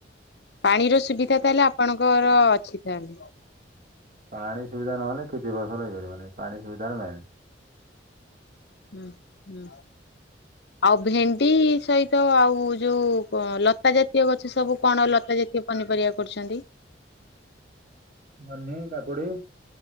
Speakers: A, on the left; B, on the right.
A: ପାଣିର ସୁବିଧା ତାହେଲେ ଆପଣଙ୍କର ଅଛି ତାହେଲେ।
B: ପାଣି ସୁବିଧା ନହେଲେ କିଛି ଫସଲ ହେଇପାରିବନି ପାଣି ସୁବିଧା ହେଲା ମେନ୍।
A: ହୁଁ ହୁଁ। ଆଉ ଭେଣ୍ଡି ସହିତ ଆଉ ଯୋଉ ଲତା ଜାତୀୟ ଗଛ ସବୁ କଣ ଲତା ଜାତୀୟ ପନିପରିବା କରୁଛନ୍ତି।
B: ଜହ୍ନି, କାକୁଡି